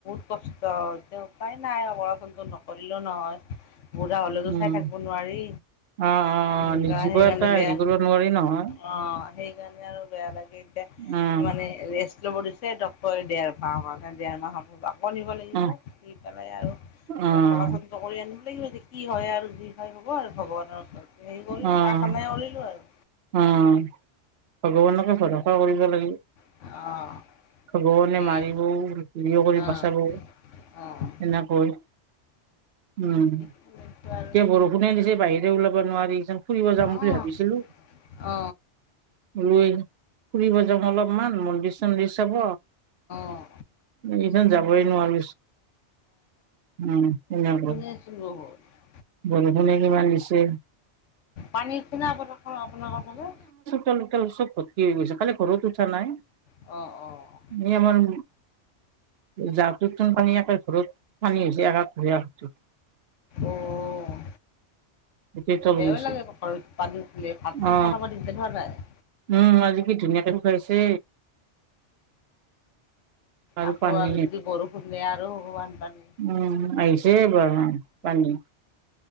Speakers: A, on the left; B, on the right.
A: কষ্ট, এতিয়া উপায় নাই আৰ অচনটো নকৰিলো নহয়। বুঢ়া হলেতো
B: উম
A: চাই থাকব নোৱাৰি।
B: অ অ
A: এনেকুৱা
B: নিৰ্জীৱ
A: সেইকাৰণে
B: এটা
A: বেয়া
B: হেৰি কৰিব নোৱাৰি নহয়
A: অ সেইকাৰণে আৰু বেয়া লাগে।
B: উম
A: মানে ৰেষ্ট ল'ব দিছে ডক্তৰে দেৰ মাহ মানে দেৰ মাহত আকৌ নিব লাগিব।
B: উম
A: দি পেলাই আৰু
B: উম
A: পহা শু কৰি আনিব লাগিব যে কি হয় আৰু যি হয় হ'ব আৰু ভগৱানৰ ওচৰত। হেৰি কৰিলোঁ
B: উম
A: পাৰ্থনাই কৰিলোঁ আৰু,
B: উম, ভগৱানকে ভৰসা কৰিব লাগিব।
A: অ,
B: ভগৱাণে
A: সেয়ে
B: মাৰিবও হেৰিও কৰি
A: অ',
B: বচাবও,
A: অ', অ',
B: এনেকৈ উম
A: সেইটো আৰু
B: ক বো, কোনে দিছে বাহিৰে ওলাব নোৱাৰিচোন ফুৰিব যাম বুলি
A: অ',
B: ভাবিছিলো।
A: অ,
B: <unintelligible> ফুৰিব যাওঁ অলপমান মন্দিৰ চন্দিৰ চাব।
A: অ',
B: এইখন যাবই নোৱাৰছ উম এনে।
A: <unintelligible>
B: বৰষুনে কিমান দিছে,
A: পানী কিনান আপোনাৰ ফালে?
B: তল তল চব ভৰ্তি গৈছে খালি ঘৰত উঠা নাই,
A: অঁ অঁ
B: এনেই আমাৰ, জাটোতোন পানী একে ঘৰত পানী হৈছে এক,
A: অ'
B: গোটেই তল
A: বেয়াও
B: গৈছে
A: লাগে ঘৰত পানী হলে ভাত চাত
B: অ
A: বনাব দিগ দাৰি হোৱা নাই?
B: উম আজি কি ধুনীয়াকে ঢুকাইছে, আৰু
A: আকৌ
B: পানী
A: অলৰেদি বৰষুণ নে আৰু বানপানী,
B: উম আহিছে বৰখুন পানী,